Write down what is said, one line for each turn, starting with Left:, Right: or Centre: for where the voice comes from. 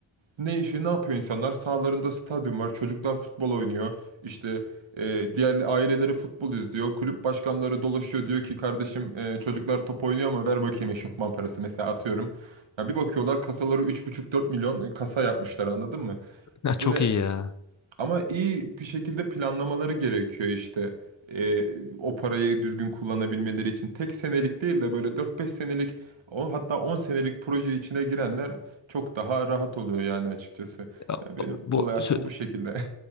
Right: ne işi ne yapıyor insanlar? Sağlarında stadyum var. Çocuklar futbol oynuyor. İşte e, diğer aileleri futbol izliyor. Kulüp başkanları dolaşıyor diyor ki kardeşim e, çocuklar top oynuyor ama ver bakayım eşofman parası mesela atıyorum. Ya bir bakıyorlar kasaları üç buçuk dört milyon e, kasa yapmışlar anladın mı?
Left: Ya çok
Right: Böyle
Left: iyi ya.
Right: ama iyi bir şekilde planlamaları gerekiyor işte. Ee, o parayı düzgün kullanabilmeleri için tek senelik değil de böyle dört beş senelik o hatta 10 senelik proje içine girenler çok daha rahat oluyor yani açıkçası.
Left: Ya
Right: Ya benim futbol
Left: bu
Right: hayatım
Left: sö-
Right: bu şekilde.